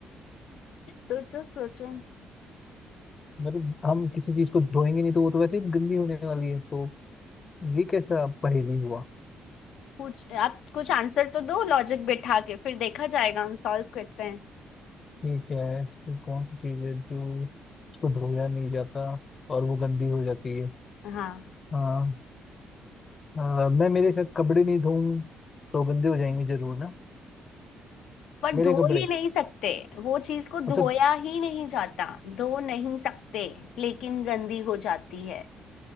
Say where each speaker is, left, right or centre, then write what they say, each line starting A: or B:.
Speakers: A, on the left (about 80°); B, on the left (about 40°).
A: सोचो सोचो
B: मतलब हम किसी चीज को धोएंगे नहीं तो वो तो वैसे ही गंदी होने वाली है तो ये कैसा पहेली हुआ
A: कुछ आप कुछ आंसर तो दो लॉजिक बिठा के फिर देखा जाएगा हम सॉल्व करते हैं
B: ठीक है ऐसी कौन सी चीज है जो उसको धोया नहीं जाता और वो गंदी हो जाती है
A: हाँ
B: हाँ आ, मैं मेरे शायद कपड़े नहीं धोऊं तो गंदे हो जाएंगे जरूर ना
A: पर
B: मेरे
A: धो
B: कपड़े
A: ही नहीं सकते वो चीज को धोया
B: अच्छा
A: ही नहीं जाता धो नहीं सकते लेकिन गंदी हो जाती है